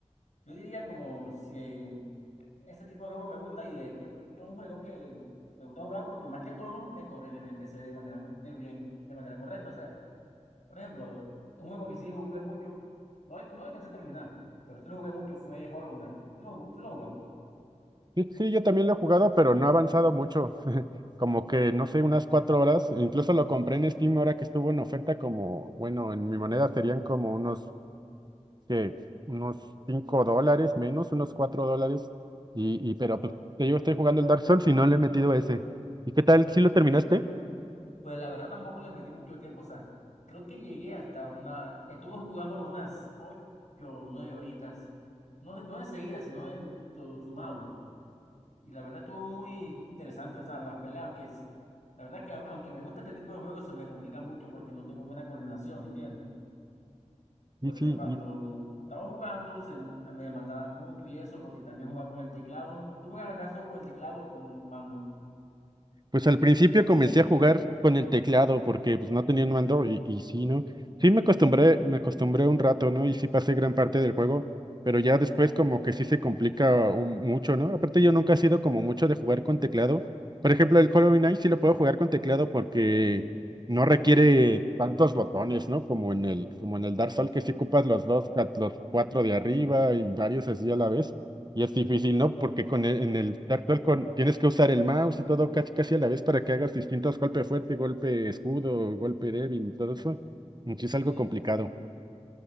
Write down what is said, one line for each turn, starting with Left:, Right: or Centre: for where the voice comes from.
Left: Yo diría como si eh, este tipo de juego me gusta y es que es un juego que me gusta jugar porque más que todo me corren en el PC de manera de bien, de manera correcta. O sea, por ejemplo, un juego que sí jugué mucho, no, no alcancé a terminar, pero sí lo jugué mucho fue Hollow Knight. Sí lo, jug- sí lo he jugado.
Right: Sí, sí, yo también lo he jugado, pero no he avanzado mucho, <laughs> como que, no sé, unas cuatro horas, e incluso lo compré en Steam ahora que estuvo en oferta como, bueno, en mi moneda serían como unos que unos 5 dólares menos, unos 4 dólares. Y, y pero pues, te digo, estoy jugando el Dark Souls y no le he metido ese. ¿Y qué tal si lo terminaste?
Left: Pues la verdad tampoco le metí mucho tiempo, o sea, creo que llegué hasta una, estuve jugándolo unas ocho o nueve horitas, no sé, no de seguida, sino en todo sumado, y la verdad estuvo muy interesante, o sea, las peleas, aunque es, la verdad que aunque me gusta este tipo de juegos se me complica mucho porque no tengo buena coordinación, ¿entiendes? Por
Right: ¿Y sí
Left: eso cuando lo, lo estaba jugando se m- me mataban mucho y eso, porque también jugaba con el teclado, tuve que adaptar solo con el teclado o con mando.
Right: Pues al principio comencé a jugar con el teclado porque pues no tenía un mando y, y sí, ¿no? Sí me acostumbré, me acostumbré un rato, ¿no? Y sí pasé gran parte del juego, pero ya después como que sí se complica un- mucho, ¿no? Aparte yo nunca he sido como mucho de jugar con teclado. Por ejemplo, el Hollow Knight sí lo puedo jugar con teclado porque no requiere tantos botones, ¿no? Como en el, como en el Dark Souls que sí ocupas los dos, gat- los cuatro de arriba y varios así a la vez. Y es difícil, ¿no? Porque con el- en el actual con, tienes que usar el mouse y todo casi casi a la vez para que hagas distintos golpes fuerte, golpe escudo, golpe débil y todo eso. Y sí es algo
Left: Sí.
Right: complicado.